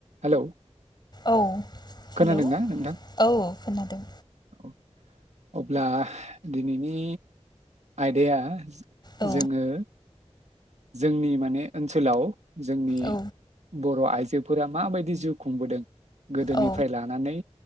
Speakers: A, on the right; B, on the left.
A: Hello
B: औ हेल'
A: खोनादोंना नोंथां?
B: औ खोनादों।
A: औ। अब्ला दिनैनि आयदाया
B: औ
A: जोङो जोंनि माने ओनसोलाव। जोंनि
B: औ
A: बर' आइजो फोर माबायदि जिउ खुंबोदों। गोदोनिफ्राय
B: औ
A: लानानै